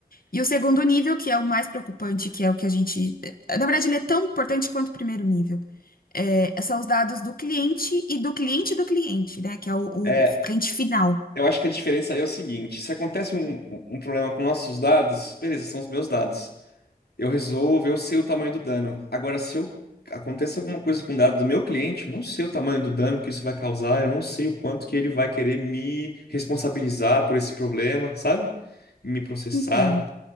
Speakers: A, on the left; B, on the left.
A: E o segundo nível, que é o mais preocupante, que é o que a gente. eh, Na verdade, ele é tão importante quanto o primeiro nível. É, são os dados do cliente e do cliente do cliente, né? Que é o
B: É,
A: o cliente final.
B: Eu acho que a diferença aí é o seguinte: se acontece um, um problema com nossos dados, beleza, são os meus dados. Eu resolvo, eu sei o tamanho do dano. Agora, se eu acontece alguma coisa com o dado do meu cliente, eu não sei o tamanho do dano que isso vai causar, eu não sei o quanto que ele vai querer me responsabilizar por esse problema, sabe? Me processar.
A: Então,